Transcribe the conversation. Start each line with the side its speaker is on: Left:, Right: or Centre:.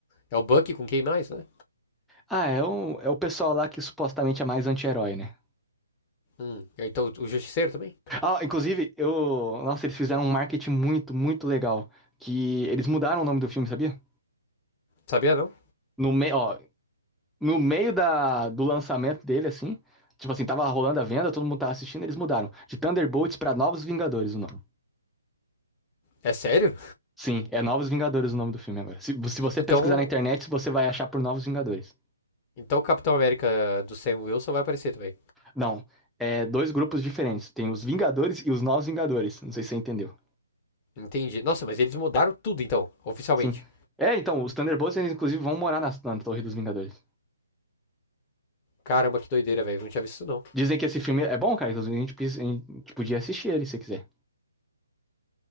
Left: É o Bucky com quem mais, né?
Centre: Ah, é o, é o pessoal lá que supostamente é mais anti-herói, né?
Left: Hum, é, então o Justiceiro também?
Centre: Ah, inclusive, eu. Nossa, eles fizeram um marketing muito, muito legal. Que eles mudaram o nome do filme, sabia?
Left: Sabia não?
Centre: No meio, ó, no meio da... do lançamento dele, assim. Tipo assim, tava rolando a venda, todo mundo tava assistindo, eles mudaram. De Thunderbolts pra Novos Vingadores o nome.
Left: É sério?
Centre: Sim, é Novos Vingadores o nome do filme agora. Se, se
Left: E-
Centre: você
Left: Então.
Centre: pesquisar na internet, você vai achar por Novos Vingadores.
Left: Então o Capitão América do Sam Wilson vai aparecer também.
Centre: Não, é dois grupos diferentes. Tem os Vingadores e os Novos Vingadores. Não sei se você entendeu.
Left: Entendi. Nossa, mas eles mudaram tudo então, oficialmente.
Centre: Sim. É, então, os Thunderbolts, eles, inclusive, vão morar na, na Torre dos Vingadores.
Left: Caramba, que doideira, velho. Não tinha visto isso não.
Centre: Dizem que esse filme é bom, cara. inclusive A gente, precisa- a gente podia assistir ele se quiser.